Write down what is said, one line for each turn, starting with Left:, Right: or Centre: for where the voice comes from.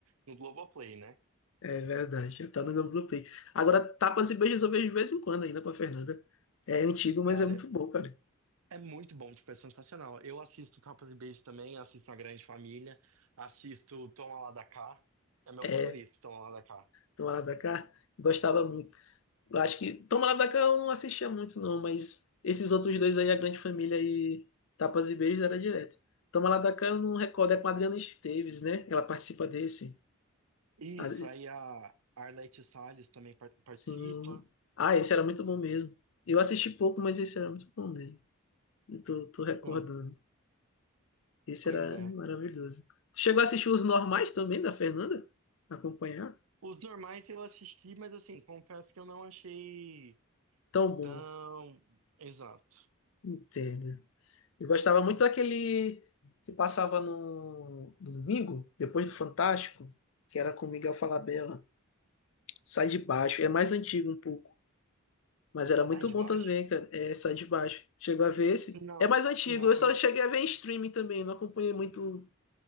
Right: no Globoplay, né?
Left: é verdade, já tá no meu Globoplay. Agora, Tapas e Beijos eu vejo de vez em quando ainda com a Fernanda. É antigo, mas
Right: Cara,
Left: é muito bom, cara.
Right: é muito bom, tipo, é sensacional. Eu assisto Capa de Beijo também, assisto A Grande Família, assisto Toma Lá da Cá, é meu
Left: É,
Right: favorito, Toma Lá da Cá.
Left: Tomara da Cá, gostava muito. Eu acho que Toma Lá da Cá eu não assistia muito, não, mas esses outros dois aí, A Grande Família e Tapas e Beijos, era direto. Toma Lá da Cá eu não recordo, é com a Adriana Esteves, né? Ela participa desse.
Right: Isso,
Left: A-
Right: aí a Arlete Salles também par- participa.
Left: Sim. Ah, esse era muito bom mesmo. Eu assisti pouco, mas esse era muito bom mesmo. Eu tô, tô recordando.
Right: Não,
Left: Esse
Right: pois
Left: era
Right: é.
Left: maravilhoso. Tu chegou a assistir Os Normais também, da Fernanda? Acompanhar?
Right: Os normais eu assisti, mas assim, confesso que eu não achei
Left: Tão bom.
Right: tão exato.
Left: Entendo. Eu gostava muito daquele que passava no, no domingo, depois do Fantástico, que era com Miguel Falabella. Sai de baixo. É mais antigo um pouco. Mas era muito
Right: Ah, de
Left: bom
Right: baixo?
Left: também, cara. É, Sai de baixo. Chegou a ver esse?
Right: Não,
Left: É mais antigo.
Right: não.
Left: Eu
Right: e-
Left: só cheguei a ver em streaming também. Não acompanhei muito